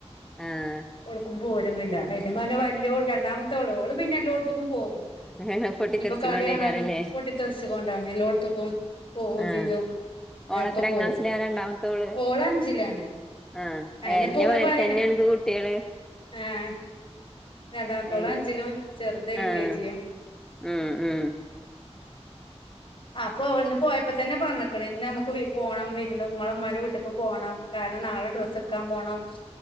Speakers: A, in the centre; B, on the left.
A: ആഹ്
B: ഓൾക്കും പോരുന്നില്ല അതിന് വേണ്ടി വലിയ രണ്ടാമത്തെ ഓള് പിന്നെ എല്ലോടത്തക്കും പോകും.
A: <unintelligible> പൊട്ടിത്തെറിച്ചുകൊണ്ടേക്കാരല്ലേ
B: ഇയിപ്പൊ കളി കാണാനും പൊട്ടിത്തെറിച്ചു കൊണ്ടാണ് എല്ലോടത്തക്കും പോകയും
A: ആഹ്
B: ചിജ്ജും
A: ഓളെത്രാം
B: ഒക്കെ പോവും
A: ക്ലാസ്സിലാ രണ്ടാമത്തോള്
B: ഓള് അഞ്ചിലാണ്
A: ആഹ്
B: അയിനിപ്പോ
A: ഹേ എന്റെ
B: ഓള്
A: മാരിത്തന്നെയണനക്ക്
B: പറയണ്
A: കുട്ടികള്
B: ഏഹ് രണ്ടാമത്തോള്
A: എൻ
B: അഞ്ചിലും ചെറുത് എൽ
A: ആഹ്
B: കെ ജി യും
A: ഉം ഉം
B: അപ്പോ ഇന്ന് പോയപ്പോ തന്നെ പറഞ്ഞക്കണ ഇന്ന് നമുക്ക് പോകണം വീടിന്റെ ഉമ്മള ഉമ്മമാരുടെ വീട്ടേക്ക് പോകണം കാരണം നാളെ ഡ്രസ്സ് എടുക്കാൻ പോണം